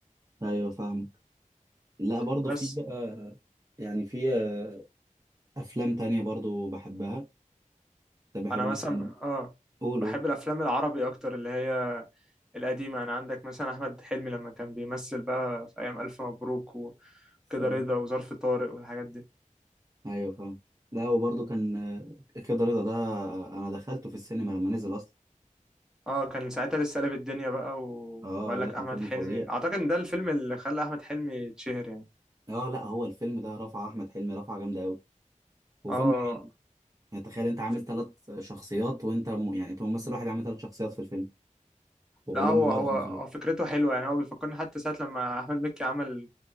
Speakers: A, on the right; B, in the centre.
A: ايوه فاهمك لا برضه
B: بس
A: في بقى يعني في آه، افلام تانية برضه بحبها طب بحب
B: أنا
A: مثلا
B: مثلا ب- آه
A: قول
B: بحب
A: قول
B: الأفلام العربي أكتر اللي هي القديمة أنا عندك مثلا أحمد حلمي لما كان بيمثل بقى في أيام ألف مبروك وكده
A: سلام
B: رضا وظرف طارق والحاجات دي
A: ايوه فاهم لا وبرضه كان آه، كده رضا ده آه، انا دخلته في السينما لما نزل اصلا
B: اه كان ساعتها لسه قلب الدنيا بقى و...
A: اه
B: وقال
A: لا
B: لك
A: كان
B: احمد
A: فيلم
B: حلمي
A: فظيع
B: اعتقد ان ده الفيلم اللي خلى احمد حلمي يتشهر يعني
A: اه لا هو الفيلم ده رفع احمد حلمي رفعه جامده قوي وفيلم
B: اه
A: حلو يعني تخيل انت عامل
B: ف...
A: ثلاث شخصيات وانت م... يعني انت ممثل واحد عامل ثلاث شخصيات في الفيلم وكلهم
B: لا هو
A: هو
B: هو
A: ده في
B: هو
A: نفس الوقت
B: فكرته حلوه يعني هو بيفكرني حتى ساعه لما احمد مكي عمل